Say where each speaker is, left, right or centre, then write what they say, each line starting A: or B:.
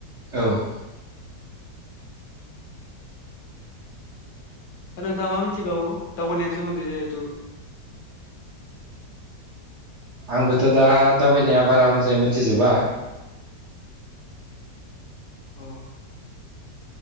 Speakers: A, on the right (about 55°); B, on the left (about 75°).
A: औ।
B: बा नोंथाङा मा मिथिबावो दावबायनायनि सोमोन्दै जिहेथु।
A: आंबोथ' दा दावबायनाया बारा मोजाङै मोनथिजोबा।
B: अ।